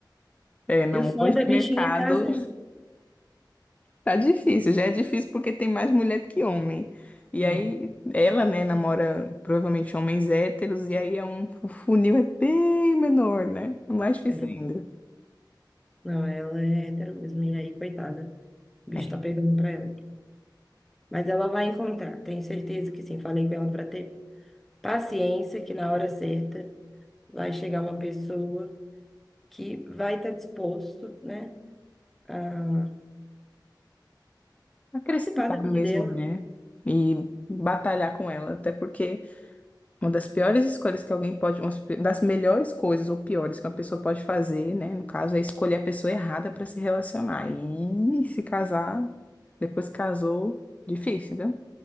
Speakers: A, on the left; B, in the centre.
A: É, não,
B: E o sonho
A: hoje
B: da bichinha
A: o mercado.
B: é casar.
A: Tá difícil, já é difícil porque tem mais mulher do que homem. E
B: né?
A: aí, ela, né, namora provavelmente homens héteros, e aí é um o funil é bem menor, né? É mais difícil
B: É. É.
A: ainda.
B: Não, ela é hétero mesmo. E aí, coitada. O bicho
A: É,
B: tá pegando pra ela. Mas ela vai encontrar, tenho certeza que sim. Falei com ela para ter. Paciência, que na hora certa vai chegar uma pessoa que vai estar disposto, né, a
A: acrescentar
B: participar da vida
A: mesmo,
B: dela,
A: né? E batalhar com ela, até porque uma das piores escolhas que alguém pode, uma das melhores coisas ou piores que uma pessoa pode fazer, né, no caso, é escolher a pessoa errada para se relacionar. E se casar, depois que casou, difícil, né?